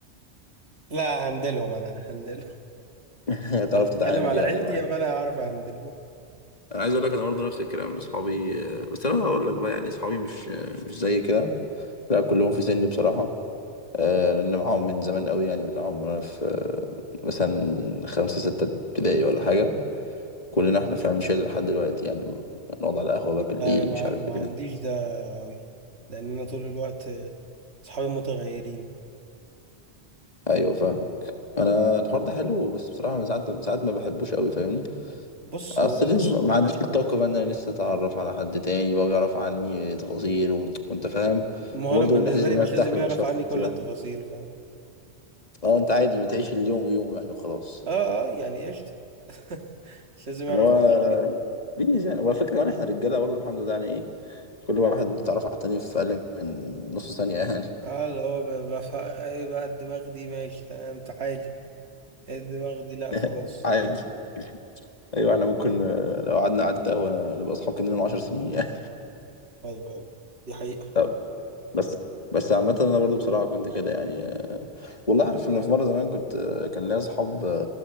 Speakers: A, on the right; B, on the left.
A: لا هندلهم انا هندلهم
B: <laughs> هتعرف
A: لو بتكلم
B: تتعامل
A: على
B: يعني
A: عيلتي
B: معاه
A: فانا هعرف هندلهم
B: انا عايز اقول لك انا برضه نفس الكلام اصحابي بس انا هقول لك بقى يعني اصحابي مش مش زي كده لا كلهم في سني بصراحه آه، لان معاهم من زمان قوي يعني من معاهم وانا في آه، مثلا خمسة ستة ابتدائي ولا حاجه كلنا احنا فاهم شله لحد دلوقتي يعني نقعد على قهوه بقى بالليل
A: لا انا ما,
B: مش عارف
A: ما
B: ايه
A: عنديش ده أوي لان انا طول الوقت اصحابي متغيرين
B: ايوه فاهمك انا الحوار ده حلو بس بصراحه من ساعات ساعات ما بحبوش قوي فاهمني
A: بص
B: اصل
A: هو
B: ليش ما عنديش الطاقة بقى ان انا لسه اتعرف على حد تاني بقى يعرف عني تفاصيل و... وانت فاهم
A: ما
B: وبرضه
A: انا بالنسبه
B: الاحساس ان
A: لي
B: انا
A: مش
B: ارتاح
A: لازم
B: للشخص
A: يعرف عني كل
B: ده
A: التفاصيل فاهم
B: اه انت عادي بتعيش اليوم بيوم يعني وخلاص
A: اه اه يعني قشطه <laughs> مش لازم يعرف
B: اللي هو
A: كل شيء
B: بيز يعني وعلى فكرة يعني احنا رجالة برضه الحمد لله يعني ايه كل واحد اتعرف على التاني في اقل من نص ثانية يعني
A: اه اللي هو بفهم ايه بقى الدماغ دي ماشي تمام تعالي إيه الدماغ دي لا
B: <laughs>
A: خلاص
B: عادي ايوه احنا ممكن آه، لو قعدنا قعدة قهوة نبقى اصحاب كنا من 10 سنين يعني
A: ايوه ايوه دي حقيقه
B: <laughs> طب، بس بس عامة انا برضه بصراحة كنت كده يعني والله عارف ان في مره زمان كنت كان ليا اصحاب